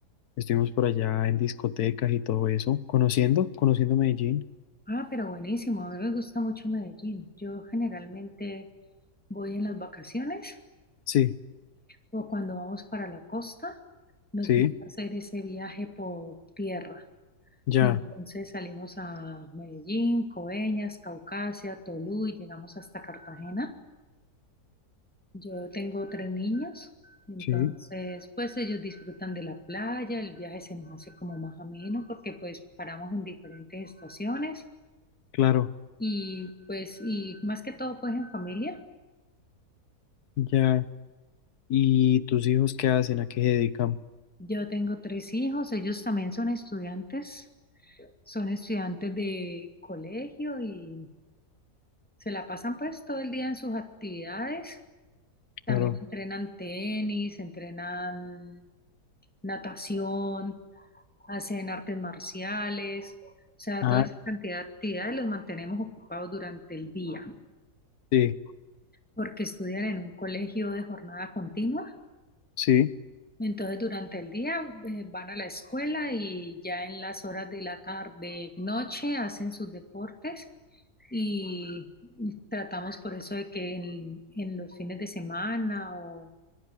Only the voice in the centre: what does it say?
Ah, pero buenísimo, a mí me gusta mucho Medellín. Yo generalmente voy en las vacaciones
o cuando vamos para la costa, nos
gusta hacer ese viaje por tierra.
Y entonces salimos a Medellín, Coveñas, Caucasia, Tolú y llegamos hasta Cartagena. Yo tengo tres niños, entonces
pues ellos disfrutan de la playa, el viaje se nos hace como más ameno porque pues paramos en diferentes estaciones
y pues y más que todo pues en familia.
Yo tengo tres hijos, ellos también son estudiantes Son estudiantes de colegio y se la pasan pues todo el día en sus actividades. También
entrenan tenis, entrenan natación, hacen artes marciales. O sea,
toda esa cantidad de actividades los mantenemos ocupados durante el día,
porque estudian en un colegio de jornada continua.
Entonces, durante el día eh, van a la escuela y ya en las horas de la tarde, noche, hacen sus deportes y tratamos por eso de que en, en los fines de semana o,